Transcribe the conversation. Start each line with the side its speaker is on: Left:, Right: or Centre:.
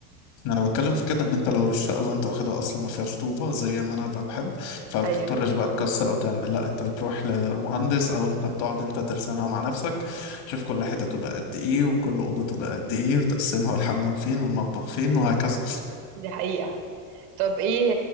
Left: انا بتكلم في كده ان انت لو الشقه بقى انت واخدها اصلا ما فيهاش طوبه زي ما انا بقى بحب فما بتضطرش
Right: ايوه
Left: بقى تكسر او تعمل لا انت بتروح لمهندس او انت بتقعد انت ترسمها مع نفسك تشوف كل حته تبقى قد ايه وكل اوضه تبقى قد ايه وتقسمها والحمام فين والمطبخ فين وهكذا
Right: دي حقيقة طب ايه